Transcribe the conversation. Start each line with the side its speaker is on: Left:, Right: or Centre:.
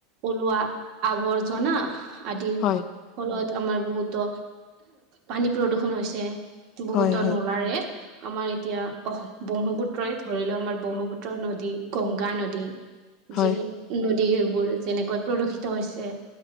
Right: ওলোৱা আৱৰ্জনা আদিৰ
Left: হয়,
Right: ফলত আমাৰ বহুতো পানী প্ৰদূৰষন হৈছে। বহুতৰ
Left: হয়, হয়।
Right: নলাৰে আমাৰ এতিয়া অ, ব্ৰহ্মপুত্ৰই ধৰি লও আমাৰ ব্ৰহ্মপুত্ৰৰ নদী গংগা নদী
Left: হয়,
Right: যি
Left: হয়, হয়,
Right: নদীবোৰ যেনেকৈ প্ৰদূষিত হৈছে।